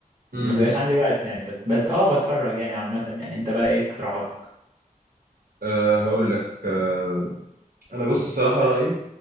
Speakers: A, on the right; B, on the right.
A: امم
B: ما بيبقاش عندي الوقت يعني بس بس اه بتفرج يعني عامه يعني انت بقى ايه اقتراحاتك
A: أه هقول لك آه، انا بص الصراحه رايي